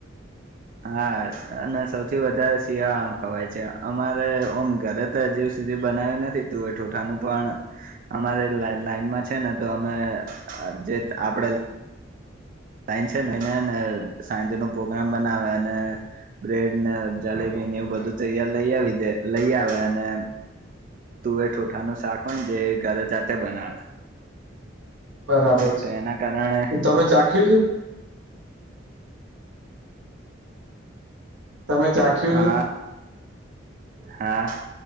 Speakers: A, on the right; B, on the right.
A: હા અને સૌથી વધારે શિયાળામા ખવાય છે અમારે ઓમ ઘરે હજી સુધી બનાવ્યું નથી તુંવેર-ઠુઠાનું પણ અમારી લાઈનમાં છે ને તો અમે જે આપડે સાયન છે ને એને સાંજનો પ્રોગ્રામ બનાવે અને બ્રેડ ને જલેબી ને એવું બધું તૈયાર લઈ આવી દે લઈ આવે અને તુવેર-ઠુંઠાનું શાક હોય ને જે ઘરે જાતે બનાવે.
B: બરાબર
A: તો એના કારણે
B: છે તમે ચાખ્યુ છે? તમે ચાખ્યુ
A: હા
B: છે?
A: હા